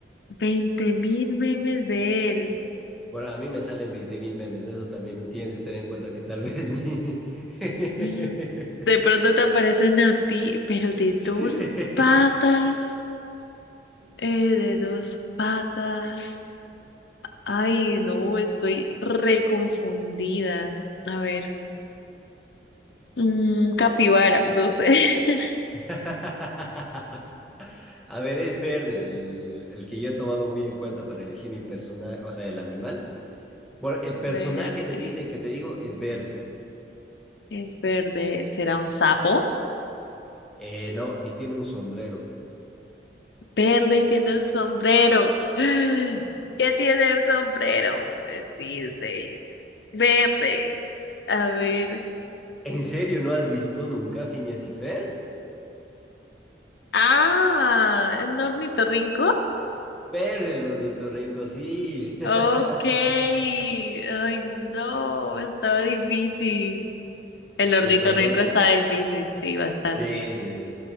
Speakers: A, on the left; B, in the centre.
A: veinte mil memes de él.
B: Bueno, a mí me salen 20 mil memes, ¿no? eso también tienes que tener en cuenta que tal vez mi... <laughs>
A: Mm, De pronto te aparecen a ti, pero de
B: Sí.
A: dos patas. eh, de dos patas. Ay, no, estoy reconfundida. A ver, mm, capibara, no sé. <laughs>
B: <laughs> A ver, es verde el, el que yo he tomado muy en cuenta para elegir mi personaje, o sea, el animal. Bueno, el personaje
A: Verde.
B: de Disney que te digo es verde.
A: Es verde. ¿Será un sapo?
B: Eh, no, y tiene un sombrero.
A: Verde y tiene un sombrero. <gasps> ¿Qué tiene un sombrero? Es Disney. Verde. A ver.
B: ¿En serio no has visto nunca Phineas y Fer?
A: Ah, ¿es un ornitorrinco?
B: Pero el ornitorrinco, sí. <laughs>
A: Ok. Ay, no, estaba difícil. El
B: Sí,
A: ornitorrinco
B: pero no...
A: estaba difícil, sí, bastante.
B: Sí, sí.